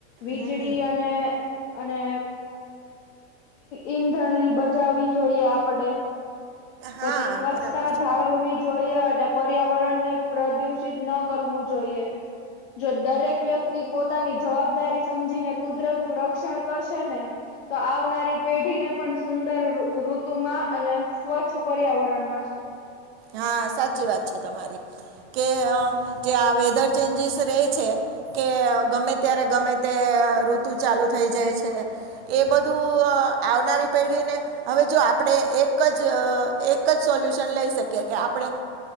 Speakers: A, on the left (about 75°); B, on the right (about 60°).
A: વીજળી
B: હમ
A: અને, અને ઈંધણની બચાવવી જોઈએ આપડે પછી
B: હા
A: સ્વચ્છતા
B: બરાબર છે
A: જાળવવી જોઈએ, અને પર્યાવરણ ને પ્રદુષિત ન કરવું જોઈએ, જો દરેક વ્યક્તિ પોતાની જવાબદારી સમજીને કુદરતનુ રક્ષણ કરશે ને તો આવનારી પેઢીને પણ સુંદર ઋતુમા, અને સ્વચ્છ પર્યાવરણ મળશે
B: હા, સાચી વાત છે, તમારી કે જે આ વેધર ચેન્જીસ રહે છે. કે ગમે ત્યારે, ગમે તે ઋતુ ચાલુ થઈ જાય છે. એ બધું આવનારી પેઢીને હવે, જો આપણે એક જ એક જ સોલ્યુશન લઈ શકીએ કે કે આપણે